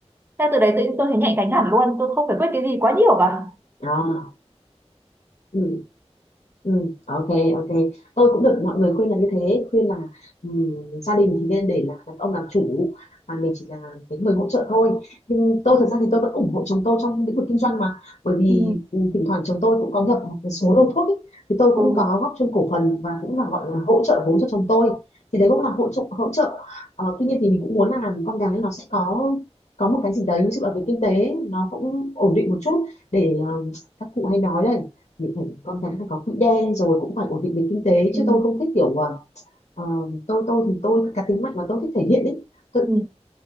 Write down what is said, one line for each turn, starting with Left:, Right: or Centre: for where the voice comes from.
Right: theo từ đấy tự nhiên tôi thấy nhạy cánh hẳn luôn, tôi không phải quyết cái gì quá nhiều cả.
Left: đó ừ Ừ, ok ok tôi cũng được mọi người khuyên là như thế khuyên là ừm, gia đình thì nên để là đàn ông làm chủ và mình chỉ là cái người hỗ trợ thôi nhưng tôi thật ra thì tôi vẫn ủng hộ chồng tôi trong lĩnh vực kinh doanh mà bởi vì
Right: Ừ,
Left: ừm, thỉnh thoảng chồng tôi cũng có nhập một cái số lô thuốc ấy, thì tôi
Right: ừ,
Left: cũng có góp chung cổ phần và cũng là gọi là hỗ trợ vốn cho chồng tôi thì đấy cũng là hỗ trợ hỗ trợ Ờ, tuy nhiên thì mình cũng muốn là con gái nó sẽ có có một cái gì đấy ví dụ là về kinh tế nó cũng ổn định một chút để ờ, các cụ hay nói đấy mình phải con cái phải có quỹ đen rồi cũng phải ổn định về kinh tế
Right: ừ,
Left: chứ tôi không thích kiểu ờ, ờ, tôi tôi thì tôi cá tính mạnh mà tôi thích thể hiện ấy tôi
Right: ừ,